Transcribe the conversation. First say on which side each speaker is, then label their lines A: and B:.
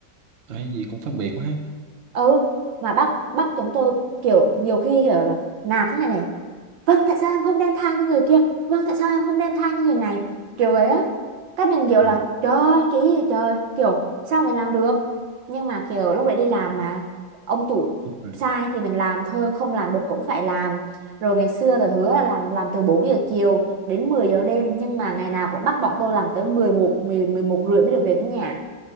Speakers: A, on the right; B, on the right.
A: ê gì cũng phân biệt quá ha
B: ừ mà bắt bắt chúng tôi kiểu nhiều khi kiểu là nạt thế này này vâng tại sao em không đem thang cho người kia vâng tại sao em không đem thang cho người này kiểu ấy á các mình kiểu
A: ờ
B: là trời ơi, cái gì trời kiểu sao mình làm được nhưng mà kiểu lúc đấy đi làm mà ông chủ
A: đúng rồi
B: sai thì mình làm thôi không làm được cũng phải làm rồi ngày xưa là hứa là làm làm từ 4 giờ chiều đến 10 giờ đêm nhưng mà ngày nào cũng bắt bọn tôi làm tới 11 mười 11 rưỡi mới được về tới nhà